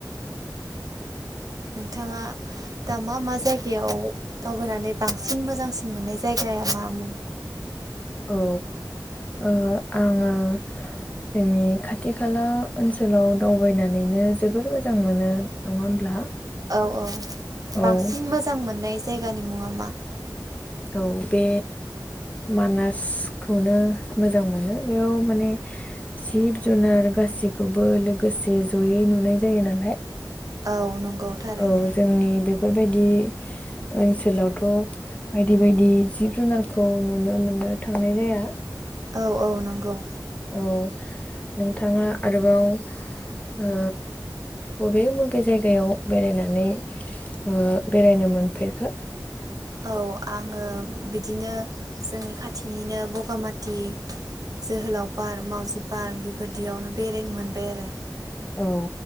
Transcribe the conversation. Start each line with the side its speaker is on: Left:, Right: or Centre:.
Right: नोंथाङा दा मा मा जायगायाव दावबायनानै बांसिन मोजांसिन मोननाय जायगाया मा मुं?
Left: औ आङो आङो जोंनि खाथि खाला ओनसोलाव दावबायनानैनो जोबोर मोजां मोनो नङा होमब्ला
Right: औ औ
Left: औ
Right: बांसिन मोजां मोननाय जायगानि मुंआ मा
Left: औ बे मानासखौनो मोजां मोनो बेयाव माने जिब जुनार गाससिखौबो लोगोसे जयै नुनाय जायो नालाय
Right: औ नंगौ थारैनो
Left: औ जोंनि बेफोरबायदि ओनसोलावथ बायदि बायदि जिब जुनारखौ नुनो मोननो थांनाय जाया
Right: औ औ नंगौ
Left: औ नोंथाङा आरोबाव ओ बबे बबे जायगायाव बेरायनानै ओ बेरायनो मोनफेरखो
Right: औ आङो बिदिनो जोंनि खाथिनिनो बगामाथि जोहोलाव पार्क मावजि पार्क बेफोरदियावनो बेरायनो मोनबाय आरो
Left: औ